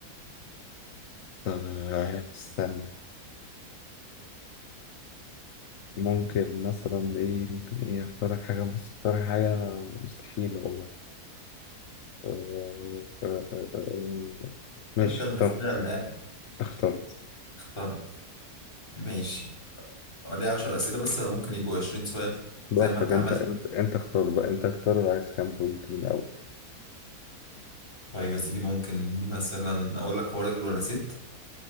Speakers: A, on the left (about 60°); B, on the left (about 35°).
A: طب استنى ممكن مثلا ايه ممكن ايه اختار لك حاجة مستحيل حاجة مستحيلة والله آه، آه، آه، آه. آه. ماشي
B: انت اللي
A: اخترت
B: مخترع اللعب
A: اخترت
B: اخترت ماشي ليه 10 اسئله بس ولا ممكن يبقوا 20 سؤال
A: براحتك
B: زي ما انت عملت
A: انت انت انت اختار بقى انت اختار عايز كام بوينت من الاول
B: طيب يا سيدي ممكن مثلا اقول لك هو راجل ولا ست